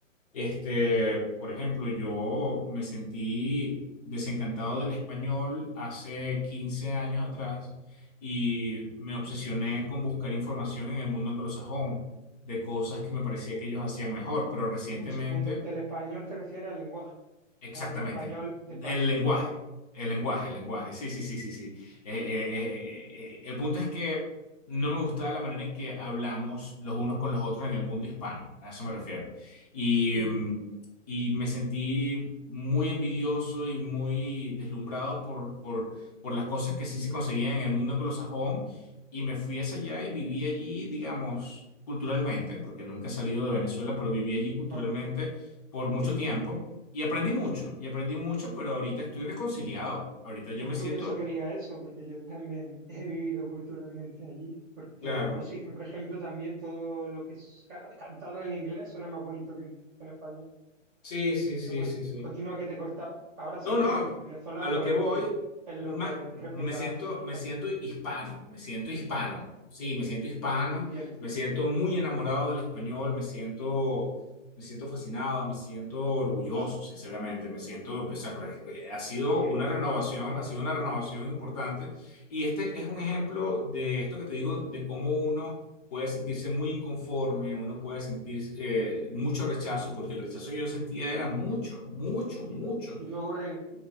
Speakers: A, on the left; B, in the centre.
A: Este, por ejemplo, yo me sentí desencantado del español hace 15 años atrás y me obsesioné con buscar información en el mundo anglosajón de cosas que me parecía
B: y-
A: que ellos hacían mejor, pero recientemente
B: Un segundo, del español te refieres al lenguaje
A: Exactamente.
B: o al español de España.
A: El lenguaje,
B: Ah, vale,
A: el lenguaje,
B: el lenguaje.
A: el lenguaje. Sí, sí, sí, sí, sí. Eh, eh, eh, eh, el punto es que no me gustaba la manera en que hablamos los unos con los otros en el mundo hispano. A eso me refiero. Y,
B: Mm,
A: mm, y me sentí muy envidioso y muy deslumbrado por, por, por las cosas que sí se conseguían en el mundo anglosajón. Y me fui hacia allá y viví allí, digamos, culturalmente, porque nunca he salido de Venezuela, pero viví allí culturalmente
B: ah,
A: por
B: entiendo.
A: mucho tiempo. Y aprendí mucho, y aprendí mucho, pero ahorita estoy reconciliado. Ahorita yo
B: Es
A: me
B: curioso
A: siento,
B: que diga eso, porque yo también <laughs> he vivido culturalmente allí, porque
A: claro.
B: la música, por ejemplo, también todo lo que es ca- cantado en inglés suena más bonito que en, que en español.
A: Sí, sí, sí,
B: Pero bueno,
A: sí, sí.
B: continúa que te he cortado. Ahora
A: No,
B: sí te
A: no,
B: sientes venezolano,
A: a lo que
B: es
A: voy,
B: lo que, es lo
A: ma-
B: que
A: me
B: creo que iba
A: siento,
B: a finalizar.
A: me siento hispano, me siento
B: Hispano,
A: hispano,
B: vale.
A: sí, me siento hispano,
B: Entiendo.
A: me siento muy enamorado del español, me siento, me siento fascinado, me siento orgulloso, sinceramente, me siento, o sea, por ej- eh, ha sido
B: Qué
A: una
B: bien,
A: renovación,
B: ¿verdad?
A: ha sido una renovación importante y este es un ejemplo de esto que te digo, de cómo uno puede sentirse muy inconforme, uno puede sentir eh, mucho rechazo, porque el rechazo que yo sentía era mucho, mucho, mucho.
B: Y, pro- y luego re-